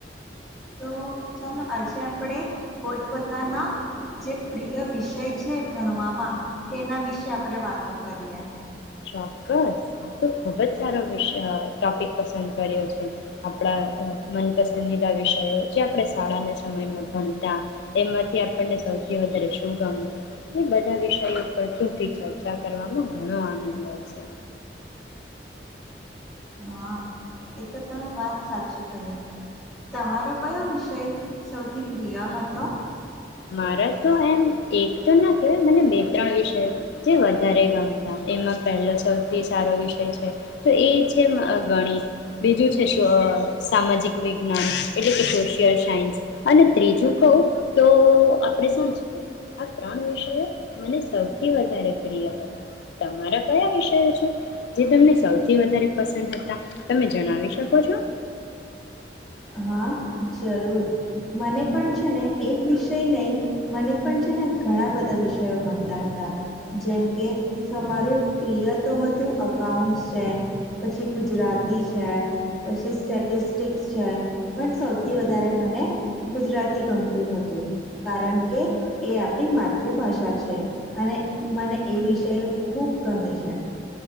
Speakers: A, in the centre; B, on the left (about 70°).
A: તો ચાલો આજે આપડે પોતપોતાના જે પ્રિય વિષય છે ભણવામાં તેના વિશે આપડે વાતો કરીએ.
B: ચોક્કસ. આ તો ખુબ જ સારો વિષ અ ટોપિક પસંદ કર્યો છે. આપણા અ મનપસંદીદા વિષયો જે આપણે શાળાને સમયમાં ભણતા એમાંથી આપણને સૌથી વધારે શું ગમે? એ બધા વિષયો પર ટૂંકી ચર્ચા કરવામાં ઘણો આનંદ હોય છે.
A: હા એ તો તમ વાત સાચી કહી તમારો કયો વિષય સૌથી પ્રિય હતો?
B: મારે તો એમ એક તો ના કહેવાય મને બે ત્રણ વિષયો જે વધારે ગમતા. એમાં પહેલો સૌથી સારો વિષય છે તો એ છે મા અ ગણિત બીજું છે સ સામાજિક વિજ્ઞાન એટલે કે સોશિયલ સાયન્સ અને ત્રીજું કહું તો આપણે સંસ્કૃત આ ત્રણ વિષયો મને સૌથી વધારે પ્રિય હતા. તમારા કયા વિષયો છે? જે તમને સૌથી વધારે પસંદ હતા? તમે જણાવી શકો છો?
A: હા, જરૂર મને પન છે ને એક વિષય નહીં મને પન છે ને ઘણા બધા વિષયો ગમતા હતા. જેમ કે અપ્રિય તો હતું અકાઉન્ટસ છે, પછી ગુજરાતી છે, પછી સ્ટેટિસ્ટિક્સ છે પન સૌથી વધારે મને ગુજરાતી ગમતું હતું. કારણ કે એ આપણી માતૃભાષા છે, અને મને એ વિષયો ખૂબ ગમે છે.